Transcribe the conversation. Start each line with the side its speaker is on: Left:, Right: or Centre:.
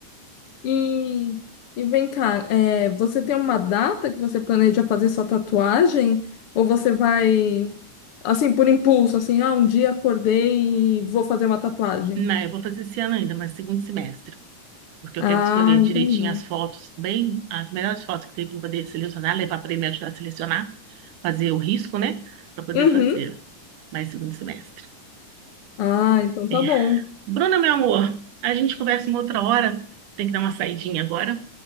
Left: E, e vem cá, é, você tem uma data que você planeja fazer sua tatuagem? Ou você vai, assim, por impulso, assim, ah, um dia acordei e vou fazer uma tatuagem?
Right: Não, eu vou fazer esse ano ainda, mas segundo semestre. Porque
Left: Ah,
Right: eu quero escolher
Left: entendi.
Right: direitinho as fotos, bem, as melhores fotos que tem para poder selecionar, levar para ele me ajudar a selecionar, fazer o risco, né? Para poder
Left: Uhum.
Right: fazer mais segundo semestre.
Left: Ah, então tá
Right: É,
Left: bom.
Right: Bruna, meu amor, a gente conversa uma outra hora. Tem que dar uma saidinha agora.